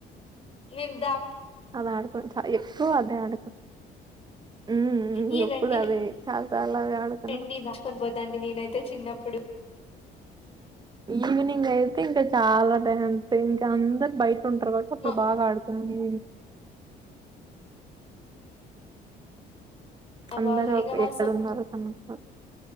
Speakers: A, on the left; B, on the right.
A: నిమ్ దా
B: అది ఆడుకున్నా చ ఎక్కువ అదే ఆడుకు <inaudible>
A: ఈ
B: ఎప్పుడు
A: రండి
B: అదే చాలా సార్లు అదే ఆడుకున్నాం
A: రండి దాచుకొని పోతాంటి నేనైతే చిన్నప్పుడు
B: ఈవినింగ్ అయితే ఇంకా చాలా టైం ఇంకా అందరు బయట ఉంటారు కాబట్టి అప్పుడు
A: మా
B: బాగా ఆడుకున్నాను అందరు
A: బాగా
B: ఒక
A: ఇంగ మా
B: ఎక్కడ ఉన్నారో కనుకో